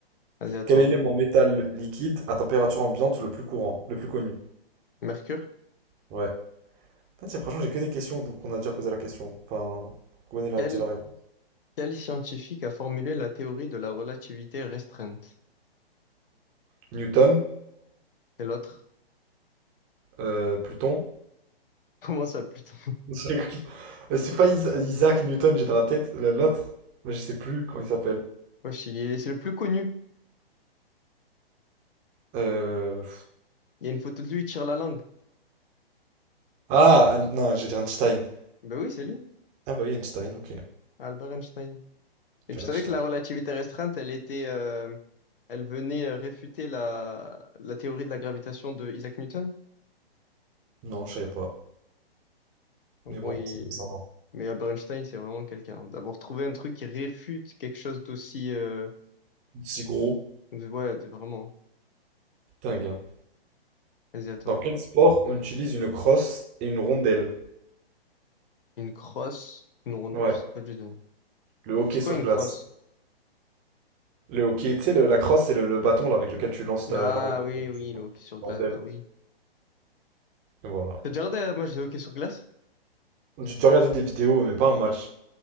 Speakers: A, on the left; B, on the right.
A: Vas-y, à toi.
B: Quel est l'élément métal liquide à température ambiante le plus courant, le plus connu?
A: Mercure?
B: Ouais. Ah, c'est- franchement, j'ai que des questions, donc on a déjà posé la question. Enfin, on connaît
A: Quel
B: la, déjà la réponse.
A: Quel scientifique a formulé la théorie de la relativité restreinte?
B: Newton,
A: C'est l'autre.
B: euh, Pluton.
A: <laughs> Comment ça, plutôt? <laughs>
B: Je rigole. <laughs> Euh, C'est pas Isa- Isaac Newton, j'ai dans la tête la- l'autre, mais je sais plus comment il s'appelle.
A: Wesh, il est- c'est le plus connu.
B: Euh,
A: Il y a une photo de lui, il tire la langue.
B: Ah, Ein- non, j'ai dit Einstein.
A: Ben oui, c'est lui,
B: Ah bah oui, Einstein, ok.
A: Albert Einstein. Et
B: Faire
A: tu savais
B: Einstein.
A: que la relativité restreinte, elle était, euh, elle venait euh, réfuter la, la théorie de la gravitation de Isaac Newton?
B: Non, je savais pas.
A: En
B: Mais
A: gros,
B: bon,
A: il-
B: c'est bon, ça va.
A: mais Albert Einstein, c'est vraiment quelqu'un. D'avoir trouvé un truc qui réfute quelque chose d'aussi, euh,
B: Si gros,
A: ouais, de- vraiment.
B: dingue. hein.
A: Vas-y, à toi.
B: Dans quel sport on utilise une crosse et une rondelle?
A: Une crosse, une ronde,
B: Ouais,
A: je sais pas du tout.
B: le hockey
A: C'est quoi
B: sur
A: une
B: glace.
A: crosse?
B: Le hockey, tu sais, le- la crosse, c'est le, le bâton là, avec lequel tu lances
A: Ah
B: la, la roquette,
A: oui, oui, le hockey
B: la
A: sur glace,
B: rondelle.
A: bah oui.
B: Voilà.
A: T'as déjà regardé un match de hockey sur glace?
B: J'ai déjà regardé des vidéos, mais pas un match.